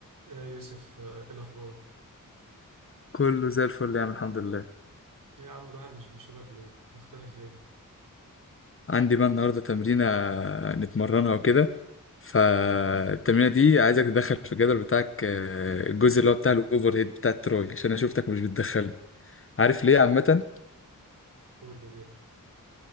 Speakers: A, on the right; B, on the left.
A: يا يوسف آه، ايه الاخبار
B: كله زي الفل يا عم الحمد لله
A: إيه يا عم الواحد مش بيشوفك ليه مختفي فين
B: عندي بقى النهارده تمرينة نتمرنها وكده فالتمرينة دي عايزك تدخل في الجدول بتاعك آه، الجزء اللي هو بتاع الاوفر هيد بتاع التراي عشان انا شفتك مش بتدخله عارف ليه عامة
A: قول لي ليه